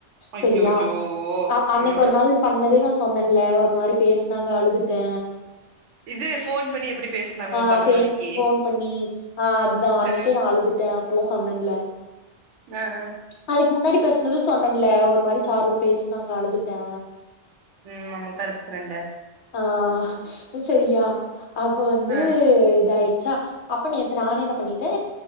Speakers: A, on the right; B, on the left.
A: அய்யய்யோ
B: சரியா அ அன்னிக்கி
A: ஆ
B: ஒரு நாள் பண்ணதே நா சொன்ன இல்ல ஒரு மாரி பேசுனாங்க அழுதுட்டே
A: இது ஃபோன் பண்ணி எப்டி பேசுனாங்க
B: அ
A: உன் பொறந்த
B: பேன்
A: நாளைக்கி
B: ஃபோன் பண்ணி அ அதுதா அன்னிக்கே
A: ஆ
B: நா அழு துட்டே அப்பெல்லா சொன்னேன்ல
A: அ அ
B: அதுக்கு முன்னாடி பேசுனது சொன்னேன்ல ஒரு மாரி சாரு பேசுனாங்க அழுதுட்டே
A: ம் நம்ம கருப்பு ஃப்ரெண்ட்
B: அ சரியா அப்போ வந்து
A: ஆ
B: இதாய் ச்சா அப்ப நேத்து நானே என்ன பண்ணிட்டே